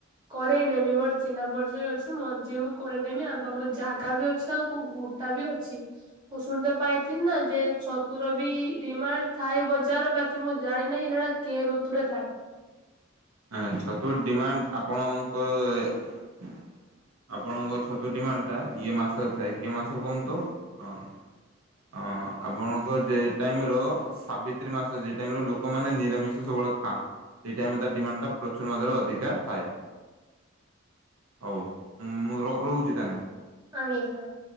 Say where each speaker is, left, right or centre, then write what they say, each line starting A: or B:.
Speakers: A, on the right (about 20°); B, on the right (about 85°).
A: କରେଇ ନେବି ମୋର ଚିହ୍ନା ପରିଚୟ ଅଛି ମଞ୍ଜି ମୁଁ କରେନେବି ଆମ ପାଖର ଜାଗା ବି ଅଛି ଆଉ କୋଉ ଜାଗାବି ଅଛି ମୁ ଶୁଣିତେ ପାଇଥିନି ନା ଯେ ଛ ଋତୁର ବି ଡିମାଣ୍ଡ ଥାଏ ବଜାର ବାକି ମୁଁ ଜାଣି ନାହିଁ ହେଟା କେ ଋତୁରେ ଥାଏ।
B: ହଁ ଛତୁ ଡିମାଣ୍ଡ ଆପଣଙ୍କର ଆପଣଙ୍କ ଛତୁ ଡିମାଣ୍ଡଟା ଇଏ ମାସରେ ଥାଏ କି ମାସରେ କୁହନ୍ତୁ ହଁ ହଁ ଆପଣଙ୍କ ଯେ ଟାଇମି ର ସାବିତ୍ରୀ ମାସ ଯେଉ ଟାଇମି ରେ ଲୋକମାନେ ନିରାମିଷ ସବୁବେଳେ ଖାଆନ୍ତି। ସେଇ ଟାଇମି ରେ ତା ଡିମାଣ୍ଡଟା ପ୍ରଚୁର ମାତ୍ରା ରେ ଅଧିକ ଥାଏ। ହଉ ମୁଁ ରୋ ରହୁଛି ତାଲେ
A: ଆଜ୍ଞ ସାର୍